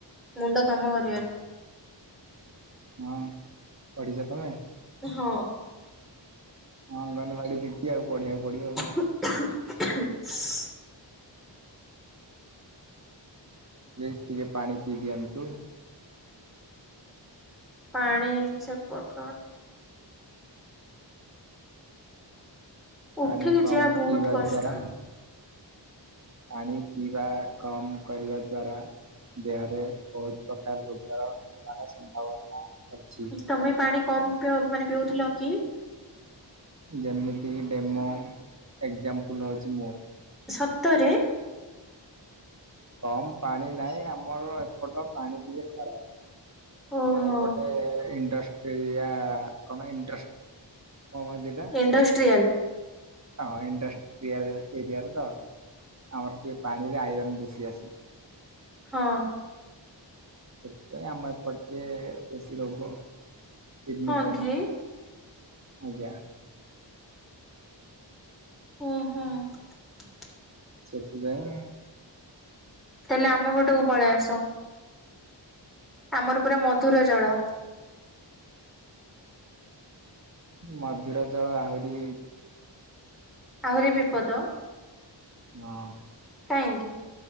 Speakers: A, in the centre; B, on the right.
A: ମୁଣ୍ଡ କାମ କରିବନି।
B: ହଁ ପଢିଛ ତମେ?
A: ହଁ
B: ହଁ, ଅଙ୍ଗନବାଡି ଦିଦି ଆଉ ପଢିଆ କୁ ପଡିବ ଆଉ।
A: <inaudible>
B: ପ୍ଲିଜ୍ ଟିକେ ପାଣି ପିଇ ଦିଅନ୍ତୁ।
A: ପାଣି ସେପଟ କଣ। <unintelligible> ଉଠିକି
B: ପାଣି କମ୍
A: ଯିବା ବହୁତ
B: ପିଇବା
A: କଷ୍ଟ।
B: ଦ୍ଵାରା ପାଣି ପିଇବା କମ୍ କରିବା ଦ୍ଵାରା ଦେହରେ ବହୁତ ପ୍ରକାର ରୋଗର ହେବାର ସମ୍ଭାବନା ଅଛି।
A: ତମେ ପାଣି କମ୍ ପିଉ ମାନେ ପିଉଥିଲ କି?
B: ଯେମିତିକି ଡେମୋ, ଏକ୍ଜାମ୍ପଲ୍ ହେଉଛି ମୁଁ।
A: ସତରେ?
B: କମ୍ ପାଣି ନାହିଁ, ଆମର ଏପଟ ପାଣି ଟିକେ ଖରାପ। ଆମର
A: ଓହୋ
B: ଏପଟେ ଏଣ୍ଟର। <unintelligible> ସେଆାଣଣ୍ଟ୍ର କ <unintelligible>
A: ଇଣ୍ଡଷ୍ଟ୍ରିୟାଲ?
B: ହଁ, ଇଣ୍ଡଷ୍ଟ୍ରିଆଲ ଏରିଆରେ ତ, ଆମର ଟିକେ ପାଣିରେ ଆଇରନ ବେଶୀ ଆସେ।
A: ହଁ
B: ସେଥିପାଇଁ ଆମ ଏପଟ ଟିକେ ବେଶୀ ରୋଗ, କିଡନୀ
A: ହଁ
B: ପାଇଁ।
A: କି
B: ଆଜ୍ଞା।
A: ଓହୋ। <unintelligible>
B: ସେଥିପାଇଁ
A: ତାହେଲେ ଆମ ପଟକୁ ପଳେଇ ଆସ? ଆମର ପୁରା ମଧୁର ଜଳ।
B: ମଧୁର ଜଳ ଆହୁରି
A: ଆହୁରି ବିପଦ?
B: ହଁ
A: କାଇଁକି?